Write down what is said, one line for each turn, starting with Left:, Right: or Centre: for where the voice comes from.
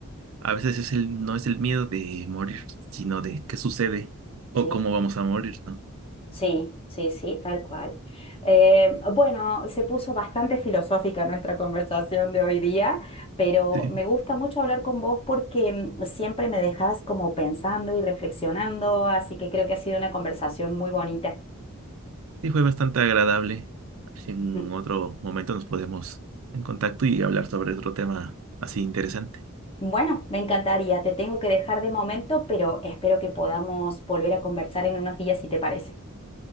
Right: a veces es el, no es el miedo de morir, sino de qué sucede o
Left: ¿sí?
Right: cómo vamos a morir, ¿no?
Left: Sí, sí, sí, tal cual. Eh, bueno, se puso bastante filosófica nuestra conversación de hoy día, pero
Right: Sí,
Left: me gusta mucho hablar con vos porque mm, siempre me dejas como pensando y reflexionando, así que creo que ha sido una conversación muy bonita.
Right: sí fue bastante agradable. A ver Si en
Left: Mm.
Right: otro momento nos podemos en contacto y hablar sobre otro tema así interesante.
Left: Bueno, me encantaría, te tengo que dejar de momento, pero espero que podamos volver a conversar en unos días si te parece.